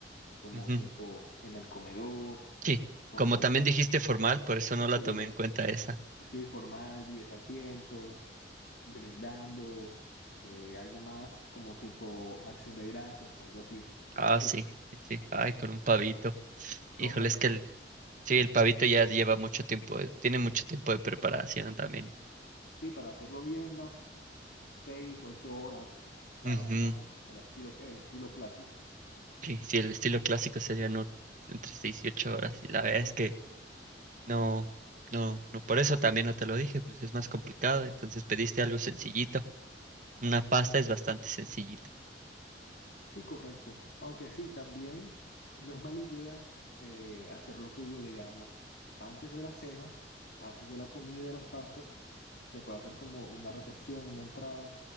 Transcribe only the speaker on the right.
Ujú,
Sí,
como
también dijiste formal, por eso
no la tomé en cuenta esa.
Ah,
sí, sí, ay, con un pavito.
Híjole, es que el, sí, el pavito ya lleva mucho tiempo, de- tiene mucho tiempo de preparación también.
Ujú.
Sí, sí, el estilo clásico sería no, entre 6 y 8 horas. Y la verdad es que no, no, no, por eso también no te lo dije, pues es más complicado. Entonces pediste algo sencillito. Una pasta es bastante sencillito,